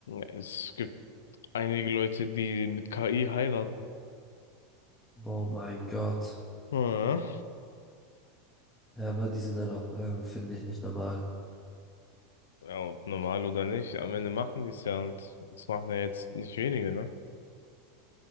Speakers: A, on the left; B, on the left.
A: Es gibt einige Leute, die mit KI heiraten.
B: Oh mein Gott.
A: Ja.
B: Ja, aber die sind dann auch, ähm, finde ich, nicht normal.
A: Ja, ob normal oder nicht, am Ende machen die es ja und es machen ja jetzt nicht wenige, ne?